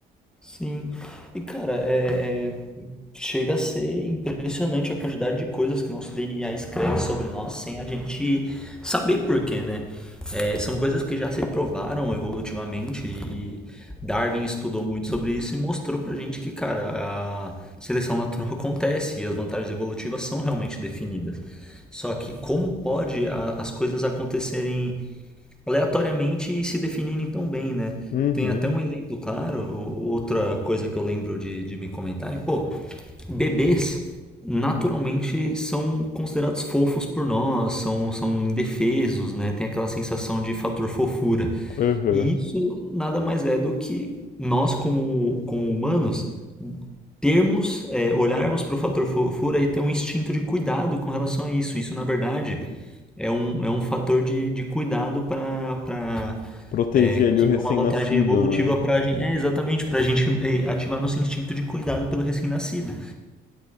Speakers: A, in the centre; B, on the left.
A: Sim. E cara, é, é- chega a ser impressionante a quantidade de coisas que o nosso DNA escreve sobre nós sem a gente saber porquê, né? É, são coisas que já se provaram evolutivamente e Darwin estudou muito sobre isso e mostrou pra gente que, cara, a seleção natural <laughs> acontece e as vantagens evolutivas são realmente definidas. Só que como pode a- as coisas acontecerem? aleatoriamente e se definindo tão bem, né?
B: Uhum,
A: Tem até um exemplo claro, o- outra coisa que eu lembro de, de me comentarem, pô, bebês naturalmente são considerados fofos por nós, são, são indefesos, né? Tem aquela sensação de fator fofura.
B: uhum.
A: E isso nada mais é do que nós, como, como humanos, termos, é, olharmos para o fator fofura e ter um instinto de cuidado com relação a isso. Isso, na verdade, é um, é um fator de, de cuidado para
B: Proteger
A: é,
B: ali
A: que
B: o recém-nascido,
A: é uma vantagem evolutiva
B: né?
A: para a gente, é exatamente para a gente é, ativar nosso instinto de cuidado pelo recém-nascido.